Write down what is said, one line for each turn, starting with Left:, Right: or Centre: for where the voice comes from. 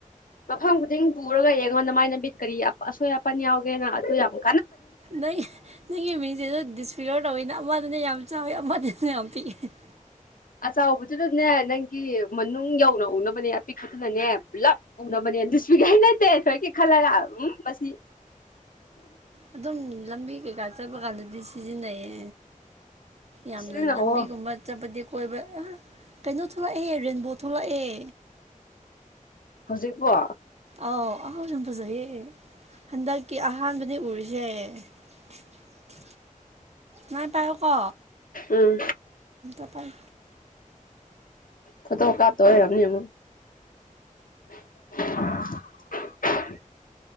Left: ꯃꯐꯝ ꯈꯨꯗꯤꯡ ꯄꯨꯔꯒ ꯌꯦꯡꯉꯣꯟ ꯅ ꯃꯥꯏ ꯂꯝꯕꯤꯠ ꯀꯔꯤ ꯑꯁꯣꯏ ꯇꯨ ꯌꯥꯝꯛ
Right: ꯅꯣꯏ ꯅꯪꯒꯤ ꯃꯤꯡꯁꯤꯁꯨ ꯗꯤꯁꯐꯤꯒꯔ ꯇꯧꯋꯤꯅ ꯑꯃꯗꯅ ꯌꯥꯝ ꯆꯥꯎꯋꯤ ꯑꯃꯗꯅ ꯌꯥꯝ ꯄꯤꯛꯏꯦ <inaudible>
Left: ꯑꯆꯕꯗꯨꯅꯅꯦ ꯅꯪꯒꯤ ꯃꯅꯨꯡ ꯌꯧꯅ ꯎꯅꯕꯅꯦ ꯑꯄꯤꯛꯄꯗꯨꯅꯅꯦ ꯄꯨꯂꯞ ꯎꯅꯕꯅꯦ ꯑꯗꯨꯨꯁꯄꯤꯈꯥꯏ ꯅꯠꯇꯦ ꯊꯣꯏꯀꯦ ꯈꯜꯂꯒ ꯎꯝ ꯃꯁꯤ
Right: ꯑꯗꯨꯝ ꯂꯝꯕꯤ ꯀꯩꯀꯥ ꯆꯠꯄ ꯀꯥꯟꯗꯗꯤ ꯁꯤꯖꯤꯟꯅꯩꯌꯦ ꯌꯥꯝꯅ
Left: ꯁꯤꯖꯤꯟꯅꯑꯣ
Right: ꯂꯝꯕꯤꯒꯨꯝꯕ ꯆꯠꯄꯗꯤ ꯀꯣꯏꯕ ꯀꯩꯅꯣ ꯊꯣꯛꯂꯛꯑꯦ ꯔꯦꯟꯕꯣ ꯊꯣꯛꯂꯛꯑꯦ
Left: ꯍꯧꯖꯤꯛꯀꯣ
Right: ꯑꯥꯎ ꯑꯍꯥꯎꯁꯨ ꯐꯖꯩꯌꯦ ꯍꯟꯗꯛꯀꯤ ꯑꯍꯥꯟꯕꯅꯦ ꯎꯔꯤꯁꯦ <inaudible> ꯅꯥꯏ ꯄꯥꯏꯣ ꯀꯣ
Left: ꯎꯝ
Right: ꯑ ꯄꯥꯏ
Left: ꯐꯠꯇꯣ ꯀꯥꯞꯇ ꯌꯥꯝꯅꯤ ꯑꯃ <inaudible>